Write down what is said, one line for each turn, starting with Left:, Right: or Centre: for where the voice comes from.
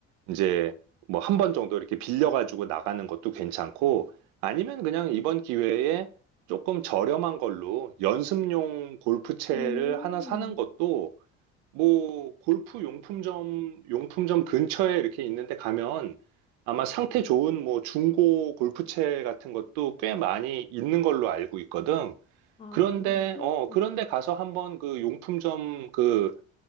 Right: 이제 뭐 한 번 정도 이렇게 빌려가지고 나가는 것도 괜찮고 아니면 그냥 이번 기회에 조금 저렴한 걸로 연습용 골프채를
Left: 음,
Right: 하나 사는 것도 뭐 골프 용품점 용품점 근처에 이렇게 있는데 가면 아마 상태 좋은 뭐 중고 골프채 같은 것도 꽤 많이 있는 걸로 알고 있거든.
Left: 아,
Right: 그런데,
Left: 그렇구나.
Right: 어, 그런데 가서 한번 그 용품점 그